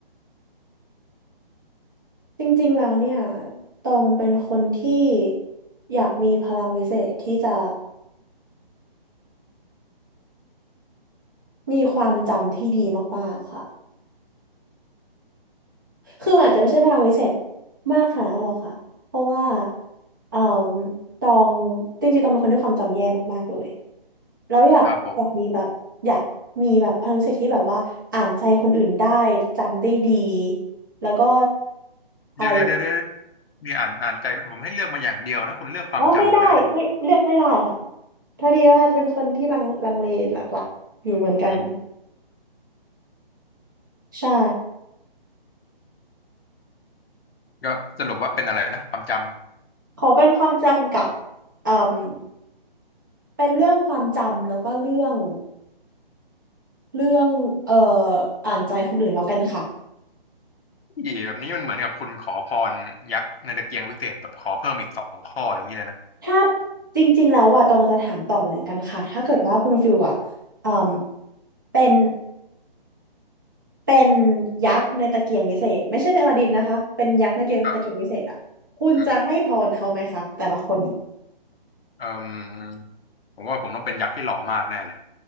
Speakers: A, on the right; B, on the left.
A: จริงๆ แล้วเนี่ย ตองเป็นคนที่อยากมีพลังวิเศษที่จะมีความจำที่ดีมากๆค่ะคือมันอาจจะไม่ใช่พลังวิเศษมากขนาดนั้นหรอกค่ะเพราะว่าเอ่มตองจริงๆตองเป็นคนที่ความจำแย่มากๆ เลย แล้วอยากอยากมีแบบอยากมีแบบพลังวิเศษที่แบบว่าอ่านใจคนอื่นได้จำได้ดี
B: ครับผม
A: แล้วก็อะไรอย่าง
B: เดี๋ยวเดี๋ยวเดี๋ยวเดี๋ยวมีอ่านอ่านใจผมให้เลือกมาอย่างเดียวนะคุณเลือกความจำมาแล้วเนี่ย
A: อ๋อไม่ได้ไม่เลือกไม่ได้ค่ะ พอดีว่าเป็นคนที่ลังลังเลหลักๆอยู่เหมือนกัน
B: อ๋อ
A: ใช่
B: ก็สรุปว่าเป็นอะไรนะความจำ
A: ขอเป็นความจำกับเอ่มเป็นเรื่องความจำแล้วก็เรื่องเรื่องเอ่ออ่านใจคนอื่นแล้วกันค่ะ
B: อีแบบนี้มันเหมือนกับคุณขอพรยักษ์ในตะเกียงวิเศษแบบขอเพิ่มอีกสองข้ออย่างนี้เลยนะ
A: ถ้าจริงๆแล้วว่าตองจะถามต่อเหมือนกันค่ะถ้าเกิดว่าคุณฟิลอ่ะเอ่มเป็นเป็นยักษ์ในตะเกียงวิเศษไม่ใช่เป็นอลาดินนะคะเป็นยักษ์ในเกมตะเกียงวิเศษอ่ะคุณจะให้พรเขาไหมคะแต่ละคน
B: ครับอืมเอ่มผมว่าผมต้องเป็นยักษ์ที่หล่อมากแน่เลย